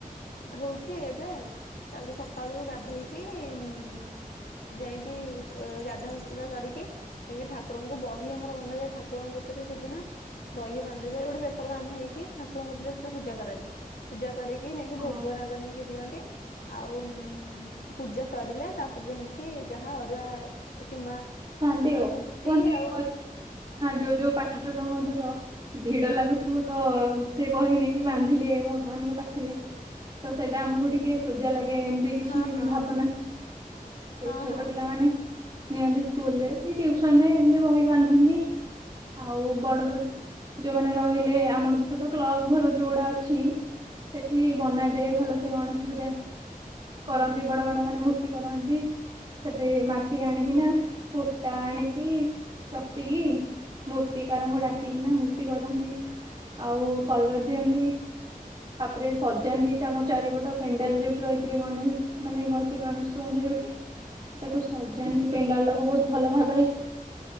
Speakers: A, on the left; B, on the right.
A: ହଉଛି ଏବେ ଆଉ ତାପରେ ସକାଳୁ ଗାଧେଇକି ଉ ଯାଇକି ବ ଗାଧା କରିକି ଯାଇକି ଠାକୁରଙ୍କୁ ବହି ଆମର ବନ୍ଧା ଯାଏ ଠାକୁରଙ୍କ କତିରେ ସେଦିନ। ବହି ବାନ୍ଧାଯାଏ ଗୋଟେ ପେପର ବନ୍ଧା ହେଇକି ଠକୁରଙ୍କ କତିରେ ସେଟା ପୂଜା କରାଯାଏ। ପୂଜା କରିକି ନେଇକି
B: ହଁ
A: ଭୋଗ ରାଗ ନେଇକି ଦିଅନ୍ତି। ଆଉ ପୂଜା ସରିଲେ ତାପରେ ଯାଇକି ଯାହା ଅରୁଆ କିମ୍ବା
B: ଖାଆନ୍ତି
A: ଅ
B: ଆଉ
A: ରୁଟି
B: କୁହନ୍ତି
A: ଆଉ
B: ଯୋଉ ଯୋଉ ପାଠ ତମର ଧର ଭିଡ ଲାଗୁଥିବ ତ ସେ ବହି ନେଇକି ବାନ୍ଧିଲେ ଭଗବାନଙ୍କ ପାଖରେ? ତ ସେଟା ଆମକୁ ଟି ଟିକେ ସୁଜା ଲାଗେ ଏମିତି କିଛି
A: ହଁ ହଁ
B: ବି ଭାବନା
A: ହଁ
B: ସେ
A: ହଁ
B: ଛୋଟ
A: ହଁ।
B: ପିଲା ମାନେ ନିଅନ୍ତି ସ୍କୁଲରେ କି ଟିଉସନ ରେ ଏମତି ବହି ବାନ୍ଧନ୍ତି। ଆଉ ବଡ ବଡ ଯୋଉମାନେ ରହିଲେ ଆମର ଧର ତ କ୍ଲବ ଘର ଯୋଉଗୁଡା ଅଛି ସେଠି ବନାଯାଏ ଭଲସେ ଗଣେଶ ପୂଜା।
A: ହୁଁ
B: କରନ୍ତି ବଡ ବଡ ମାନେ ମୂର୍ତ୍ତି କରନ୍ତି, ସେଠି ମାଟିି ଆଣିକିନା କୁଟା ଆଣିକି ଚକଟିକି ମୂର୍ତ୍ତିକାରଙ୍କୁ ଡାକିକିନା ମୂର୍ତ୍ତି ଗଢନ୍ତି। ଆଉ କଲର ଦିଅନ୍ତି। ତାପରେ ସଜାନ୍ତି ତାଙ୍କ ଚାରିପଟ ପେଣ୍ଡାଲ ଯୋଉଠି ରହିଥିବେ ଗଣେଶ। ମାନେ ଗଣେଶେ ଗଣେଶ ରୁହନ୍ତି ଯୋଉଠି, ତାକୁ ସଜାନ୍ତି ପେଣ୍ଡାଲ ଟାକୁ ବହୁତ ଭଲ ଭାବ ତାପରେ